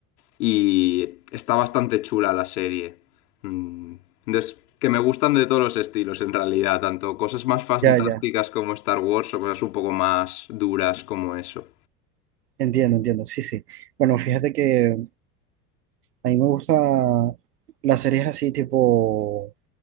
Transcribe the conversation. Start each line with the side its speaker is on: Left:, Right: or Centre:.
Left: y está bastante chula la serie. Mm, Entonces, que me gustan de todos los estilos en realidad, tanto cosas más fantásticas
Right: Ya, ya.
Left: como Star Wars o cosas un poco más duras como eso.
Right: Entiendo, entiendo, sí, sí. Bueno, fíjate que a mí me gusta las series así tipo,